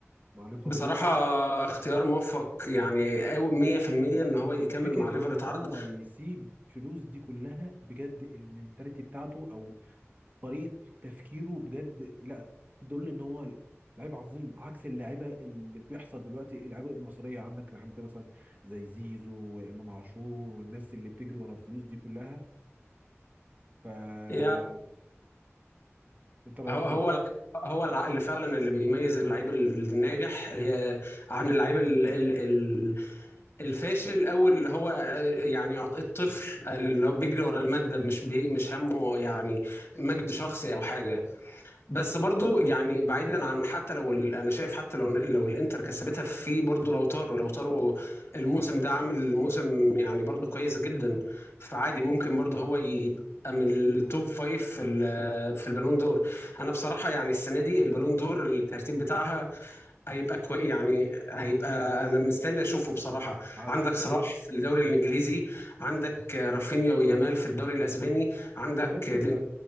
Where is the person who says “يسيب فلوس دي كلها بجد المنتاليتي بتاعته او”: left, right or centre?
Right